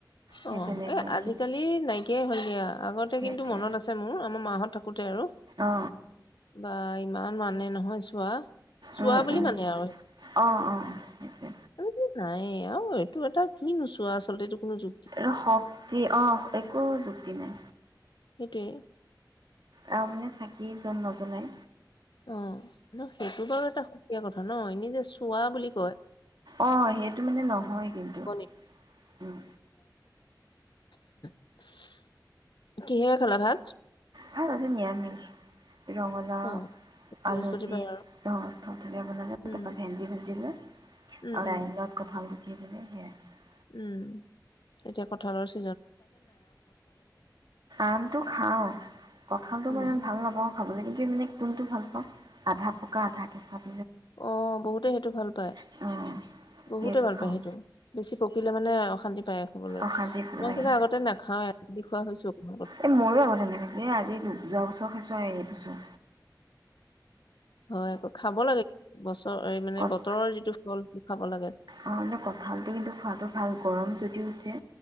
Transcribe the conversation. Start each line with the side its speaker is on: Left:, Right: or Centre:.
Right: সেই
Left: অ'
Right: তেনেকুৱা
Left: এ আজিকালি
Right: কি
Left: নাইকিয়াই হ'ল দিয়া। আগতে
Right: সেইটোৱে
Left: কিন্তু মনত আছে মোৰ আমাৰ মাহঁত থাকোতে আৰু
Right: অ
Left: বা ইমান মানে নহয় চোৱা। চোৱা
Right: উম,
Left: বুলি
Right: উম,
Left: মানে আৰু
Right: অ' অ' সেইটোৱে।
Left: আজিকালি নাই আৰু এইটো এটা কি নো চোৱা আচলতে এইটো কোনো যুক্তি
Right: অহ' শক্তি অ' একো যুক্তি নাই।
Left: সেইটোৱে
Right: আৰু মানে চা <unintelligible> <unintelligible> নজনাই
Left: অ' ন সেইটো বাৰু এটা। এয়া কথা ন! এনেই যে, চোৱা বুলি কয়।
Right: অ', সেইটো মানে নহয় কিন্তু,
Left: ব
Right: উম।
Left: <inaudible> কিহে খালা ভাত?
Right: ভাত আজি নিৰামিষ। ৰঙালাও
Left: অ বৃহস্পতিবাৰ
Right: আলু দি
Left: আৰু
Right: থৰথৰৈ বনালে
Left: উম
Right: তাৰপৰা ভেন্দী ভাজি লৈ
Left: উম
Right: আৰু
Left: উম
Right: দইলত কঁঠাল। <unintelligible>
Left: উম এতিয়া কঠালৰ চি
Right: আমটো খাও কঠালটো
Left: উম
Right: মই ইমান ভাল নাপাওঁ খাবলৈ কিন্তু ই কোনটো ভাল পাওঁ আধা পকা আধা কেঁচা।
Left: অ', বহুতে সেইটো ভাল পায়
Right: অ'
Left: বহুতে
Right: সেইটো
Left: ভাল
Right: খাওঁ।
Left: পায় সেইটো বেছি পকিলে মানে অশান্তি পায় খাবলৈ
Right: অশান্তি
Left: মই আচলতে
Right: লাগে
Left: আগতে নাখাও এ খোৱা হৈছো অকমান।
Right: এই ময়ো আগত এনেকে খাইছিলোঁ এই আজি দু যোৱা বছৰ খাইছোঁ আৰু এই বছৰ।
Left: হয় আকৌ খাব লাগে। বছ মানে
Right: কঠ
Left: বতৰৰ যিটো ফল খাব লাগে।
Right: অ', হলে কঁঠালটো কিন্তু খোৱাটো ভাল। গৰম যদি উঠে